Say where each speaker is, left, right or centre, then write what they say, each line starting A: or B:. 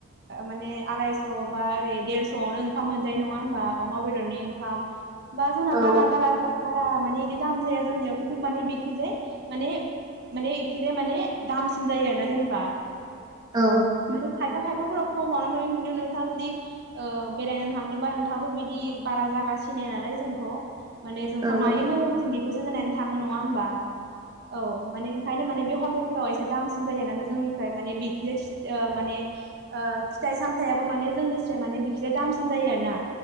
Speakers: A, on the right (about 50°); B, on the right (about 20°).
A: माने आरायस' बा ओरै देरस'आवनो ओंखाम मोनो मोनजायो नङा होमबा अमा बेदर नि ओंखाम बा जोंहा
B: औ
A: बारा-बारा बारा माने इदि दाम जाअया जोंनियाव खिन्थु माने बेखि इखिजाय माने माने इखिजाय माने दामसिन जायो आरो ना जेनेबा
B: औ
A: माने खायफा खायफाफोराव खमावनो मोनो खिन्थु नोंथाङा जुदि बेरायनो थांदोंबा नोंथाङाबो बिदि बारा जागासिनो नालाय जोंथ' माने जोंथ'
B: औ
A: मायो
B: औ
A: मोजांसिन बेखौसो नायनानै थाङो नङा होमबा औ माने ओंखायनो माने बे हटेलफोरा एसे दामसिन जायो जोंनिफ्राय माने बेखिज माने फिथाइ सामथाबो माने जोंनि साय बिखिजाप दामसिन जायोना